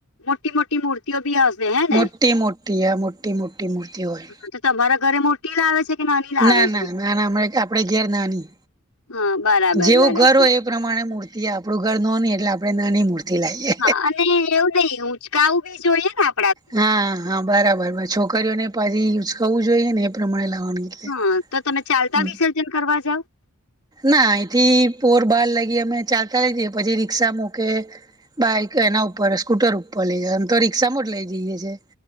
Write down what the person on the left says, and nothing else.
મોટી મોટ ટી મૂર્તિઓ ભી હસે હે ને
હા તો તમારા ઘરે મોટી લાવે છે? કે નાની લાવે
છે
હા બરાબર
બરાબર
હા અને એવું નઈ ઉંચકાવું બી જોઈએ ના
હા તો તમે ચાલતા
વિસર્જન કરવા જાવ?